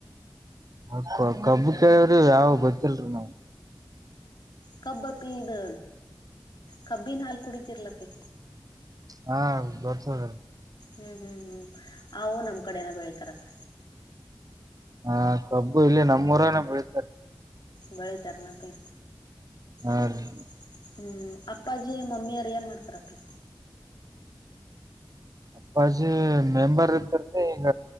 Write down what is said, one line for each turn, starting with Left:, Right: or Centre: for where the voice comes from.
Right: ಅಕ್ಕ ಕಬ್ಬ ಕೇಳಿವ್ರ್ ಯಾವ ಗೊತ್ತಿಲ್ರಿ ನಾವ್
Left: ಕಬ್ಬ ಅಪ್ಪಿ ಇದು ಕಬ್ಬಿನಿನ ಹಾಲ್ ಕುಡತಿರ್ಲಪ್ಪಿ
Right: ಹಾ ಗೊತಾದ
Left: ಹ್ಮ್ ಹ್ಮ್ ಹ್ಮ್ ಅವು ನಮ್ ಕಡೆನ ಬೆಳಿತಾರಪ್ಪ
Right: ಹ ಕಬ್ಬು ಇಲ್ಲಿ ನಮ್ಮೂರಾನ ಬೆಳಿತಾರೆ
Left: ಬೆಳಿತರನಾಪ್ಪಿ
Right: ಹಾ
Left: ನೀ
Right: ರೀ
Left: ಹ್ಮ ಅಪ್ಪಾಜಿ ಮಮ್ಮಿಯರು ಏನ್ ಮಾಡ್ತಾರಾಪ್ಪಿ
Right: ಅಪ್ಪಾಜಿ ಮೆಂಬರ್ ಇತರ್ದೆ ಈಗ